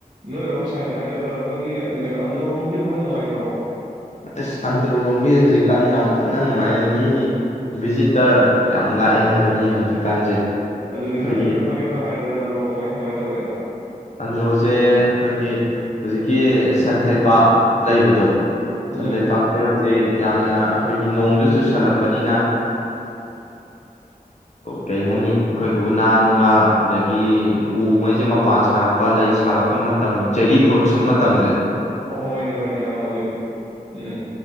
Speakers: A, on the right; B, on the left.
A: ꯅꯣꯏꯔꯣꯝ ꯁꯥꯏꯠ ꯍꯥꯏꯒꯗ꯭ꯔꯥ ꯑꯩꯈꯣꯏꯒꯤ ꯀꯩꯅꯣ ꯑꯟꯗꯔꯔꯣꯝꯁꯤꯁꯨ ꯈꯔ ꯅꯨꯡꯉꯥꯏꯕ꯭ꯔꯣ
B: ꯑꯁ ꯑꯟꯗ꯭ꯔꯣꯔꯣꯝꯒꯤ ꯍꯧꯖꯤꯛꯀꯥꯟ ꯌꯥꯝ ꯀꯟꯅ ꯅꯨꯡꯉꯥꯏ ꯃꯤ ꯚꯤꯖꯤꯇꯔ ꯌꯥꯝ ꯂꯥꯛꯑꯦ ꯍꯥꯏꯕꯅꯤ ꯍꯧꯖꯤꯛꯀꯥꯟꯁꯦ
A: ꯑꯗꯨꯅꯦ
B: ꯑꯩꯈꯣꯏꯒꯤ
A: ꯅꯪꯅ ꯈꯔ ꯈꯪꯉꯦ ꯈꯔ ꯍꯥꯏꯔꯧꯗꯅ ꯄꯟ꯭ꯔꯣ ꯀꯃꯥꯏ ꯀꯃꯥꯏ ꯇꯧꯋꯦꯗ
B: ꯑꯟꯗ꯭ꯔꯣꯁꯦ ꯑꯩꯈꯣꯏꯒꯤ ꯍꯧꯖꯤꯛꯀꯤ ꯁꯟꯊꯩ ꯄꯥ ꯂꯩꯕꯗꯣ
A: ꯎꯝ
B: ꯁꯟꯗꯩ ꯄꯥꯛꯁꯦ ꯍꯧꯖꯤꯛ ꯌꯥꯝꯅ ꯑꯩꯈꯣꯏꯒꯤ ꯅꯣꯡꯁꯨ ꯆꯨꯁꯜꯂꯛꯄꯅꯤꯅ ꯀꯩ ꯍꯥꯏꯅꯤ ꯑꯩꯈꯣꯏꯒꯤ ꯎꯅꯥ ꯅꯨꯡꯂꯥ ꯑꯗꯒꯤ ꯎꯉꯩꯁꯦ ꯃꯄꯥꯟ ꯁꯥꯔꯛꯄ ꯂꯩ ꯁꯥꯠꯂꯛꯄ ꯃꯇꯝ ꯆꯦꯔꯤ ꯕ꯭ꯔꯣꯟꯁꯝ ꯃꯇꯝꯁꯦ
A: ꯍꯣꯏꯅꯦ ꯍꯣꯏꯅꯦ ꯑꯥ ꯍꯧꯖꯤꯛ ꯎꯝ